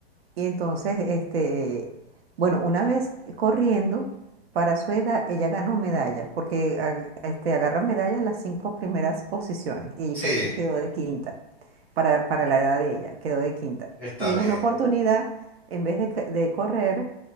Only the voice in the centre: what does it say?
Sí,
está
bien.